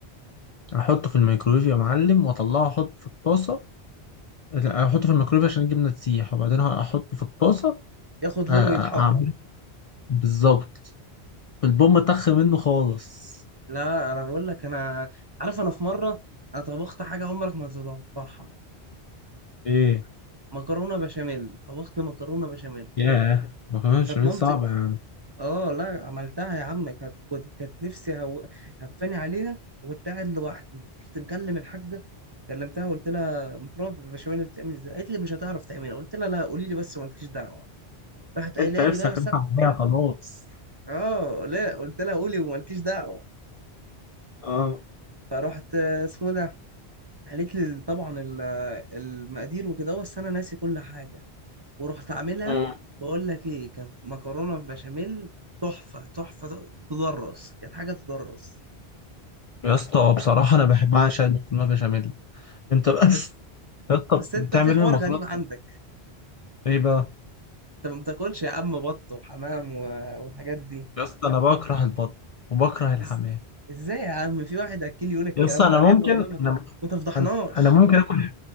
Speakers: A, on the left; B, on the right.
A: احطه في الميكرويف يا معلم واطلعه احطه في الطاسه لا، احطه في الميكرويف عشان الجبنه تسيح وبعدين احطه في الطاسه
B: ياخد لون
A: أ- اعمله
B: ويتحمر
A: بالظبط البوم طخ منه خالص
B: لا انا بقول لك انا عارف انا في مره انا طبخت حاجه عمرك ما هتتوقعها
A: ايه
B: مكرونه بشاميل طبخت مكرونه بشاميل
A: ياه مكرونه بشاميل
B: كانت مامتي
A: صعبه يعني
B: اه لا عملتها يا عم كانت كنت- كانت نفسي هو... هفاني عليها وكنت قاعد لوحدي كنت مكلم الحاجه كلمتها وقلت لها مكرونه بالبشاميل بتعمل ازاي قالت لي مش هتعرف تعملها قلت لها لا قولي لي بس ومالكيش دعوه راحت قايله
A: انت نفسك
B: لي بقى بس
A: رايحة
B: أنا-
A: عليها خلاص
B: اه لا قلت لها قولي ومالكيش دعوه
A: اه
B: فرحت آه، اسمه ده قالت لي طبعا ال- المقادير وكده بس انا ناسي كل حاجه ورحت عاملها
A: آه.
B: بقول لك ايه كانت مكرونه بشاميل تحفه تحفه تدرس كانت حاجه تدرس
A: يا اسطى بصراحه انا بحب بعشق المكرونه بشاميل انت بس
B: بس
A: يا اسطى
B: بس انت
A: بتعمل
B: في حوار
A: ايه المكرونه
B: غريب عندك
A: ايه بقى
B: انت ما بتاكلش يا عم بط وحمام و- والحاجات دي
A: يا اسطى انا بكره البط وبكره الحمام
B: إز... ازاي يا عم في واحد اكيل يقول الكلام
A: يا اسطى انا
B: ده عيب
A: ممكن
B: والله ما ت-
A: انا
B: ما تفضحناش
A: انا أنا ممكن اكل